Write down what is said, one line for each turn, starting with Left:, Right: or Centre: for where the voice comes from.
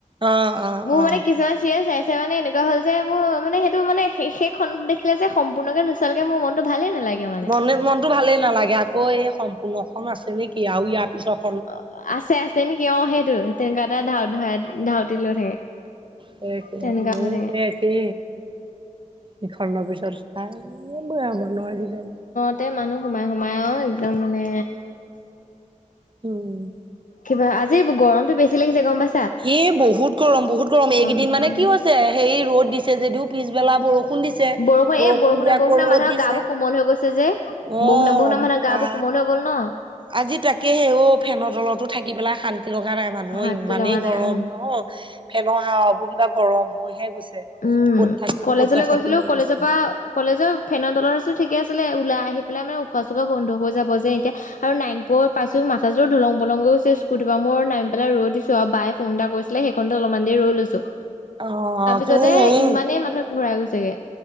Right: অ অ
Left: মোৰ
Right: অ
Left: মানে কিছুমান চিৰিয়েল‌ চাই চাই মানে এনেকুৱা হল যে মোৰ মানে সেইটো মানে সেই সেই খণ্ড দেখিলে সম্পূৰ্ণকে নোচোৱালকে মোৰ মনটো ভালেই নালাগে মানে
Right: মনে মনটো ভালেই নালাগে আকৌ এই সম্পূৰ্ণখন আছে নেকি আৰু ইয়াৰ পিছত
Left: অ আছে আছে নেকি অ সেইটো তেনেকুৱা এটা ধাউ ধাউতি লৈ থাকে
Right: সেইটোৱে
Left: তেনেকুৱা
Right: মোৰো
Left: হৈ থাকে
Right: সেই একে ইখণ্ডৰ পিছত চাই <unintelligible> আজিকালি
Left: তাতে মানুহ সোমাই সোমাই আৰু একদম মানে
Right: উম
Left: কিবা আজি গৰমতো বেছি লাগিছে গম পাই
Right: <unintelligible> বহুত গৰম বহুত গৰম এইকেইদিন
Left: উঠিছে।
Right: মানে কি হৈছে সেই ৰ'দ দিছে যদিও পিছবেলা বৰষুণ দিছে
Left: বৰষুণ এই বৰষুণে
Right: দি আকৌ
Left: বৰষুণে
Right: ৰ'দ
Left: মানুহৰ
Right: দিছে
Left: গা বোৰ কোমল হৈ গৈছে যে
Right: অ
Left: বৰষুণে বৰষুণৰ <unintelligible>
Right: বা
Left: গাবোৰ কোমল হৈ গ'ল ন
Right: আজি তাকেহে অ ফেনৰ তলতো থাকি পেলাই শান্তি লগা নাই মানুহৰ
Left: শান্তি
Right: ইমানেই
Left: লগা নাই উম।
Right: অ ফেনৰ হাৱাবোৰ কিবা গৰম হৈহে গৈছে
Left: উম
Right: ক'ত থাকিম
Left: কলেজলৈ
Right: ক'ত নাথাকিম
Left: গৈছিলো
Right: হৈ
Left: কলেজৰ
Right: গৈছে
Left: পৰা কলেজৰ ফেনৰ তলৰ আছিলো ঠিকে আছিলে ওলাই আহি পেলাই মানে উশাহ চুশাহ বন্ধ হৈ যাব যে এতিয়া আৰু নাইন <unintelligible> <unintelligible> ঢলং পলং হৈ গৈছে স্কুটি <unintelligible> নামি পেলাই ৰৈ দিছো আৰু বায়ে ফোন এটা কৰিছিলে সেইকনতে অলপমান দেৰি ৰৈ লৈছো
Right: অ
Left: <unintelligible> ইমানেই
Right: তুমি হেৰি
Left: মাথা ঘূৰাই গৈছেগে